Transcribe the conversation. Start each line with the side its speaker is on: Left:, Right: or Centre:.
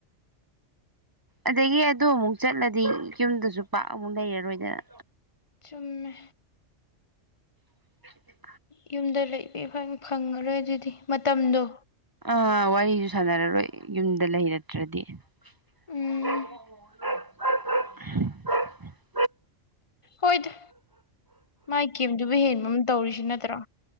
Right: ꯑꯗꯒꯤ ꯑꯗꯨ ꯑꯃꯨꯛ ꯆꯠꯂꯗꯤ ꯌꯨꯝꯗꯁꯨ ꯄꯥꯛ ꯑꯃꯨꯛ ꯂꯩꯔꯔꯣꯏꯗꯅ
Left: ꯆꯨꯝꯃꯦ
Right: <inaudible>
Left: ꯌꯨꯝꯗ ꯂꯩꯕ ꯏꯐꯪ ꯐꯪꯉꯔꯣꯏ ꯑꯗꯨꯗꯤ ꯃꯇꯝꯗꯣ
Right: ꯑꯥ ꯋꯥꯔꯤꯁꯨ ꯁꯥꯟꯅꯔꯔꯣꯏ ꯌꯨꯝꯗ ꯂꯩꯔꯛꯇ꯭ꯔꯗꯤ <unintelligible>
Left: ꯎꯝ
Right: ꯍ
Left: ꯍꯣꯏꯗ ꯃꯥꯏ ꯒꯦꯝꯗꯨꯕꯨ ꯍꯦꯟꯕ ꯑꯃ ꯇꯧꯔꯤꯁꯤ ꯅꯠꯇ꯭ꯔꯣ